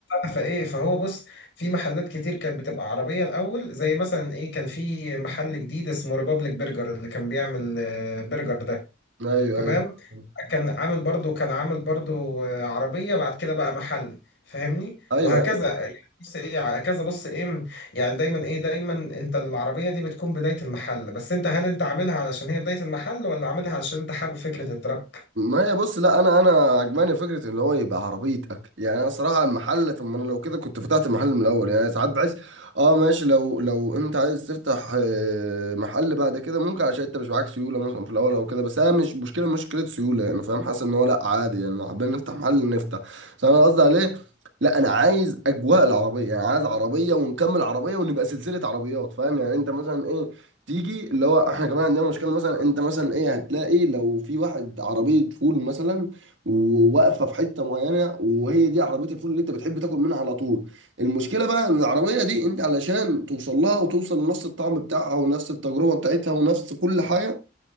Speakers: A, on the left; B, on the right.
A: فايه فهو بص في محلات كتير كانت بتبقى عربيه الاول زي مثلا ايه كان في محل جديد اسمه ريبابليك برجر اللي كان بيعمل آه، برجر ده
B: ايوه ايوه
A: تمام
B: ايوه
A: كان عامل برضو كان عامل برضو آه، عربيه بعد كده بقى محل فاهمني
B: أيوه.
A: وهكذا يعني بص ايه هكذا بص ايه يعني دايما ايه دايما انت العربيه دي بتكون بدايه المحل بس انت هل انت عاملها علشان هي بدايه المحل ولا عاملها علشان انت حابب فكره الدرك
B: ما هي بص لا انا انا عجباني فكره ان هو يبقى عربيه اكل يعني انا صراحه المحل طب ما انا لو كده كنت فتحت المحل من الاول يعني ساعات بحس اه ماشي لو لو انت عايز تفتح آه، محل بعد كده ممكن عشان انت مش معاك سيوله مثلا في الاول او كده بس انا مش مشكله مش مشكله سيوله يعني فاهم حاسس ان هو لا عادي يعني لو حابين نفتح محل نفتح بس انا قصدي عليه لا انا عايز اجواء العربيه يعني عايز عربيه ونكمل عربيه ونبقى سلسله عربيات فاهم يعني انت مثلا ايه تيجي اللي هو احنا كمان عندنا مشكله مثلا انت مثلا ايه هتلاقي لو في واحد عربيه فول مثلا وواقفه في حته معينه وهي دي عربيه الفول اللي انت بتحب تاكل منها على طول المشكله بقى ان العربيه دي انت علشان توصل لها وتوصل لنفس الطعم بتاعها ونفس التجربه بتاعتها ونفس كل حاجه